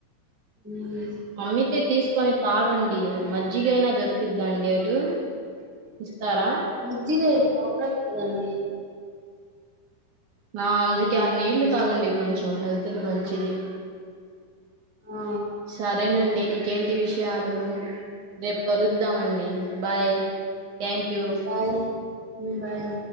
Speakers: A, in the centre; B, on the right.
A: మ్మ్
B: అమ్మితే తీసుకొని తాగండి మజ్జిగయినా దొరికిద్దండి అటు ఇస్తారా
A: మజ్జిగా ఇక్కడ ఉండట్లేదు అండి
B: ఆ అందుకే ఆ నీళ్లు తాగండి కొంచెం హెల్త్ కి మంచిది
A: ఆ
B: సరేనండి ఇంకేంటి విషయాలు రేపు కలుద్దామండి bye thank you
A: bye bye